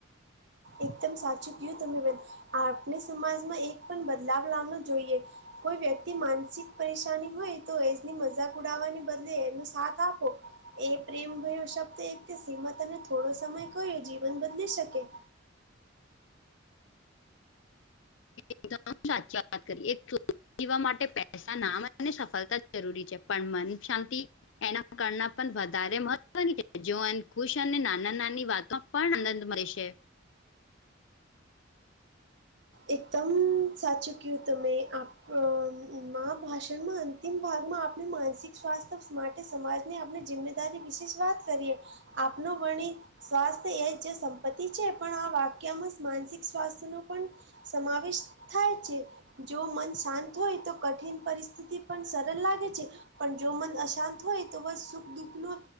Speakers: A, on the right; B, on the left.
A: એકદમ સાચું કીયું તમે બેન. આપણે સમાજમાં એક પણ બદલાવ લાવનો જોઈએ. કોઈ વ્યક્તિ માનસિક પરેશાની હોય તો એની મજાક ઉડાવવાને બદલે એનો સાથ આપો એ પ્રેમ ભયો શબ્દ એક તે સીમત અને થોડો સમય કયો જીવન બદલી શકે.
B: <unintelligible> જીવવા માટે પૈસા નામ અને સફલતા જરૂરી છે, પણ મનની શાંતિ એના કરના પણ વધારે મહત્વની. જો અન ખુશ અને નાના નાની વાતો પણ આનંદમય છે.
A: એકદમ સાચું ક્યુ તમે. આપ અ મા ભાષણમાં અંતિમ ભાગમાં આપણે માનસિક સ્વાસ્થ સ્માર્ટ સમાજની આપણે જિમ્મેદારી વિશે જ વાત કરીએ. આપનો વણી સ્વાસ્થ્ય એ જ સંપત્તિ છે, પણ આ વાક્યમાં માનસિક સ્વાસ્થ્ય નું પન સમાવેશ થાય છે. જો મન શાંત હોય, તો કઠિન પરિસ્થિતિ પણ સરળ લાગે છે. પણ જો મન અશાંત હોય તો બસ સુખ દુઃખનો